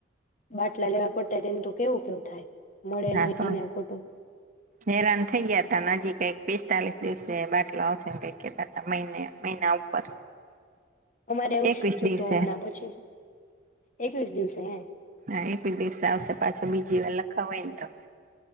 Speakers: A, on the left; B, on the right.
A: બાટલા લેવા પડતા તેનું તો કેવું કેવું થાય. મળે
B: હા
A: નહીં
B: તો
A: ને ખોટું
B: હેરાન થઈ ગયા. નજીક કઈક પિસ્તાલીસ દિવસે બાટલો આવશે ને કઈક કેતા મહિને મહિના ઉપર.
A: અમારે એવું
B: એકવીસ
A: જ થયું
B: દિવસે
A: તો હમણાં પછી, એકવીસ દિવસ. હે.
B: હા એક દિવસ આવશે પાછો બીજી વાર લખાવયને તો.